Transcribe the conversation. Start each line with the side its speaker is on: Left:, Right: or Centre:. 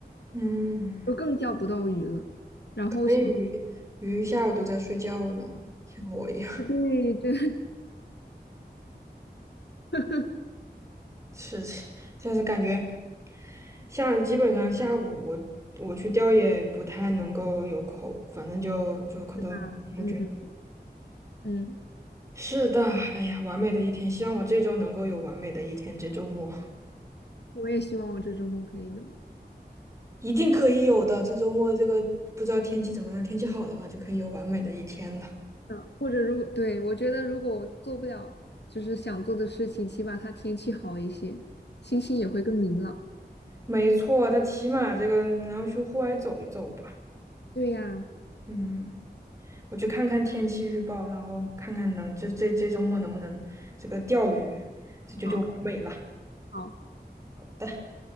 Right: 嗯。
Left: 就更钓不到鱼了。然后想，
Right: 可以。鱼一下午都在睡觉呢，像我一样。
Left: 对，对，对 <laughs>，
Right: <laughs> 是，就是感觉下基本上下午我我去钓也不太能够有口，反正就就可能空军。
Left: 对吧？嗯嗯，
Right: 是的，哎呀，完美的一天，希望我这周能够有完美的一天，这周末
Left: 我也希望我这周末可以有，
Right: 一定可以有的。这周末这个不知道天气怎么样，天气好的话就可以有完美的一天了。
Left: 嗯或者如果，对，我觉得如果我做不了，就是想做的事情，起码它天气好一些，心情也会更明朗。
Right: 没错，他起码这个你要去户外走一走吧。
Left: 对呀。
Right: 嗯。我去看看天气预报，然后看看能这这这周末能不能这个钓鱼，这就就完美了。
Left: 好。好，
Right: 的。